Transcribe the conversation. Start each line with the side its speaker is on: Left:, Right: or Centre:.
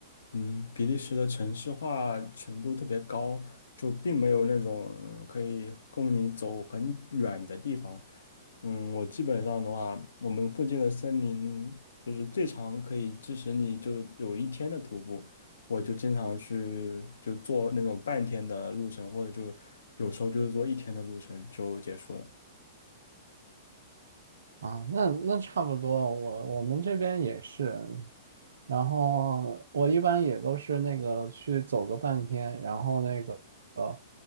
Left: 嗯，比利时的城市化程度特别高，就并没有那种嗯可以供你走很远的地方。嗯，我基本上的话，我们附近的森林就是最长可以支持你就有一天的徒步，我就经常去就做那种半天的路程，或者就有时候就是做一天的路程就结束了。
Right: 啊，那那差不多，我我们这边也是，然后我一般也都是那个去走个半天，然后那个呃